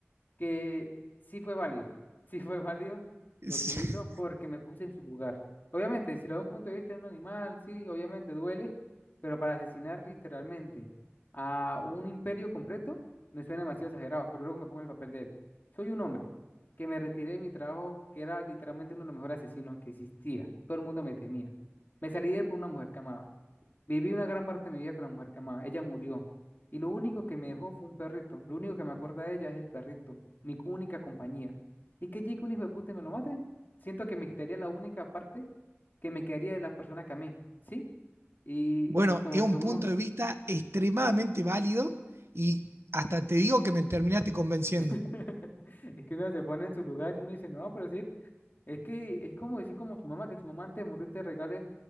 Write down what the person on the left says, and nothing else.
que sí fue válido, <laughs> sí fue válido
lo que hizo porque me puse en su lugar. Obviamente, si lo veo de un punto de vista de un animal, sí, obviamente duele, pero para asesinar literalmente a un imperio completo me suena demasiado exagerado, pero luego me pongo en el papel de él. Soy un hombre que me retiré de mi trabajo, que era literalmente uno de los mejores asesinos que existía. Todo el mundo me temía. Me salí de él por una mujer que amaba. Viví una gran parte de mi vida con la mujer que amaba. Ella murió. Y lo único que me dejó fue un perrito. Lo único que me acuerda de ella es el perrito, mi única compañía. ¿Y que llegue un hijo de puta y me lo mate? Siento que me quitaría la única parte que me quedaría de la persona que amé, ¿sí? Y,
y como
que uno,
<laughs> es que uno se pone en su lugar y uno dice, no, pero sí, es que es como decir como su mamá, que su mamá antes de morir te regale